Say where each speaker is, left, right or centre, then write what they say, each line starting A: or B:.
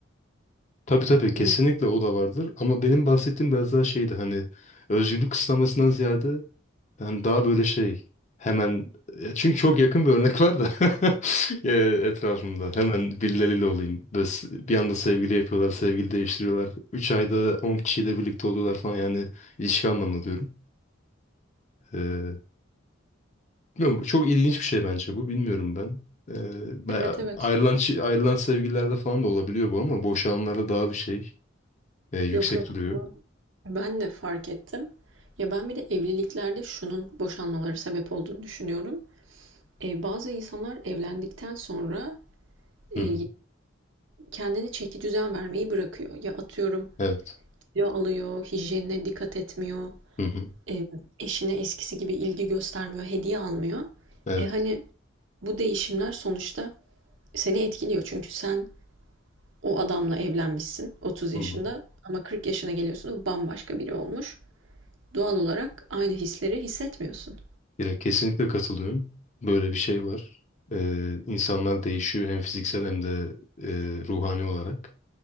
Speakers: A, on the left; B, on the right.
A: Tabii tabii kesinlikle
B: Hmm,
A: o da vardır. Ama benim bahsettiğim biraz daha şeydi hani özgürlük kısıtlamasından ziyade Ben daha böyle şey hemen e, çünkü çok yakın bir örnek var da <laughs> e, etrafımda. Hemen birileriyle olayım. Böyle s- bir anda sevgili yapıyorlar, sevgili değiştiriyorlar. üç ayda on kişiyle birlikte oluyorlar falan yani ilişki anlamında diyorum. E, bilmiyorum, bu çok ilginç bir şey bence bu. Bilmiyorum ben. E, ben-
B: Evet evet.
A: ayrılan, çi- ayrılan sevgililerde falan da olabiliyor bu ama boşananlarda daha bir şey e, yüksek
B: Yok yok.
A: duruyor.
B: Bunu ben de fark ettim. Ya ben bir de evliliklerde şunun boşanmaları sebep olduğunu düşünüyorum. E, bazı insanlar evlendikten sonra
A: Hı
B: e,
A: hı.
B: kendini çeki düzen vermeyi bırakıyor. Ya atıyorum
A: Evet.
B: kilo alıyor, hijyenine dikkat etmiyor.
A: Hı hı.
B: e, eşine eskisi gibi ilgi göstermiyor, hediye almıyor.
A: Evet.
B: E hani bu değişimler sonuçta seni etkiliyor. Çünkü sen o adamla evlenmişsin 30 yaşında
A: Hı hı.
B: ama 40 yaşına geliyorsun o bambaşka biri olmuş. Doğal olarak aynı hisleri hissetmiyorsun.
A: Ya kesinlikle katılıyorum. Böyle bir şey var. Ee, insanlar değişiyor hem fiziksel hem de e, ruhani olarak.